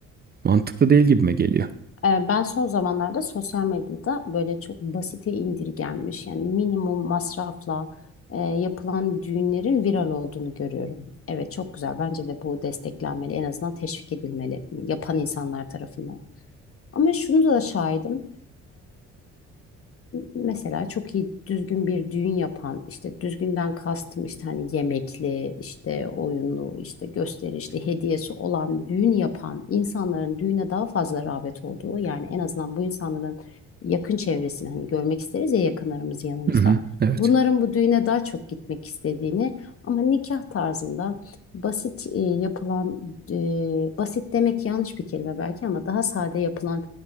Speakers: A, on the right; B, on the left.
A: Mantıklı değil gibime geliyor.
B: Ee, Ben son zamanlarda sosyal medyada böyle çok basite indirgenmiş yani minimum masrafla e, yapılan düğünlerin viral olduğunu görüyorum. Evet çok güzel bence de bu desteklenmeli en azından teşvik edilmeli yapan insanlar tarafından. Ama şunu da şahidim. mesela çok iyi düzgün bir düğün yapan işte düzgünden kastım işte hani yemekli işte oyunlu işte gösterişli hediyesi olan düğün yapan insanların düğüne daha fazla rağbet olduğu yani en azından bu insanların yakın çevresini hani görmek isteriz ya yakınlarımız yanımızda.
A: Hı hı, evet.
B: Bunların bu düğüne daha çok gitmek istediğini ama nikah tarzında basit e, yapılan e, basit demek yanlış bir kelime belki ama daha sade yapılan